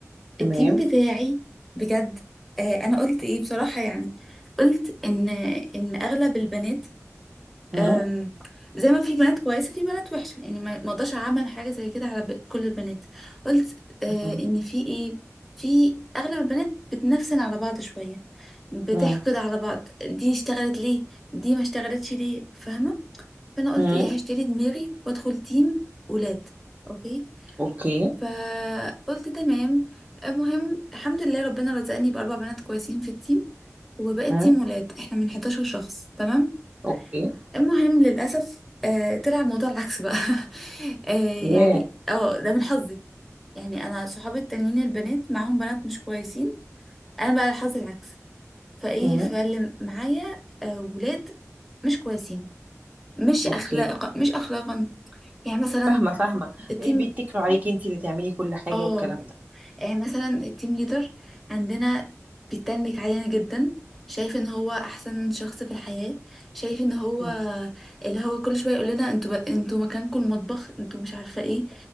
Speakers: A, on the right (about 30°); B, in the centre.
A: تمام
B: التيم بتاعي بجد آه، انا قلت ايه بصراحة يعني قلت ان ان اغلب البنات
A: مم.
B: أم، زي ما في بنات كويسة في بنات وحشة يعني ما ما اقدرش اعمم حاجة زي كده على ب- كل البنات قلت آه
A: مم.
B: ان في ايه في اغلب البنات بتنفسن على بعض شوية بتحقد
A: مم.
B: على بعض دي اشتغلت ليه دي ما اشتغلتش ليه فاهمة فانا قلت
A: مم.
B: ايه هشتري دماغي وادخل تيم ولاد اوكي
A: اوكي
B: فقلت تمام المهم الحمد لله ربنا رزقني باربع بنات كويسين في التيم وبقيت
A: مم.
B: تيم ولاد احنا من 11 شخص تمام
A: اوكي
B: المهم للأسف آه طلع الموضوع العكس بقى <laughs> آه
A: ياه.
B: يعني اه ده من حظي يعني انا صحابي التانيين البنات معاهم بنات مش كويسين انا بقى حظي العكس فايه
A: مم.
B: فاللي معايا آه ولاد مش كويسين مش
A: اوكي
B: اخلاقا مش اخلاقا يعني مثلا
A: فاهمه فاهمه
B: التيم
A: ايه بيتكلوا عليكي انت اللي تعملي كل حاجه
B: اه
A: والكلام ده
B: آه، مثلا التيم ليدر عندنا بيتنك علينا جدا شايف ان هو احسن شخص في الحياة شايف ان هو
A: مم.
B: اللي هو كل شوية يقول لنا انتوا بق- انتوا مكانكم المطبخ انتوا مش عارفة ايه